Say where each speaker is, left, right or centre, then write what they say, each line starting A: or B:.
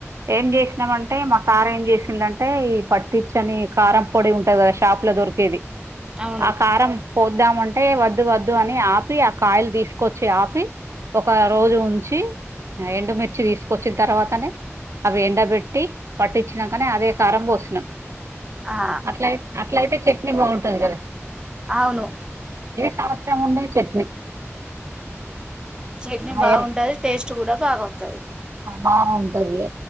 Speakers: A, on the right; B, on the right.
A: ఏం చేసినామంటే మా తార ఏం చేసిందంటే ఈ పట్టిచ్చని కారం పొడి ఉంటది కదా షాప్ లో దొరికేది
B: అవును
A: ఆ కారం పోద్దామంటే ఏ వద్దు వద్దు అని ఆపి ఆ కాయిల్ తీసుకొచ్చి ఆపి ఒక రోజు ఉ ఎండుమిిర్చి తీసుకొచ్చిన తర్వాతనే అవి ఎండ పెట్టి పట్టించినాకని అదే కారం పోసినం
B: ఆ
A: అట్లయి అట్ల అయితే చట్నీ బాగుంటంది కదా
B: అవును
A: ఏ సావస్రా ముండ చట్నీ
B: చట్నీ
A: ఆయర్
B: బాగుంటది టేస్ట్ కూడా బాగతుది
A: బాగుంటది